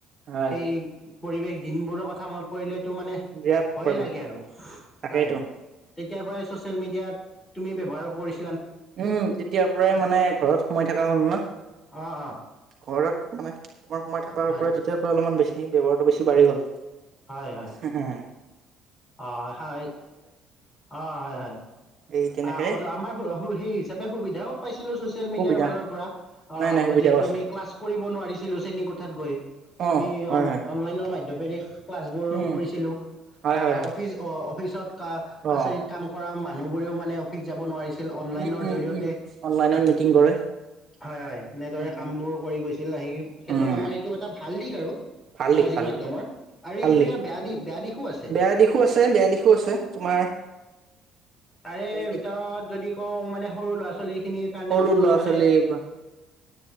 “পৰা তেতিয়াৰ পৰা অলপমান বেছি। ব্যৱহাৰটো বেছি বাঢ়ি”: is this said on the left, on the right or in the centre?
Right